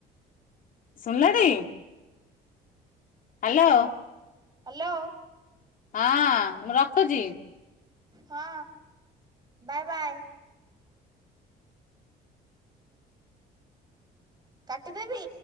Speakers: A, on the left (about 50°); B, on the right (about 25°).
A: ଶୁଣିଲଟି। ହାଲୋ।
B: ହାଲୋ।
A: ହଁ, ମୁଁ ରଖୁଚି।
B: ହଁ, ବାଏ ବାଏ। କାଟିଦେବି।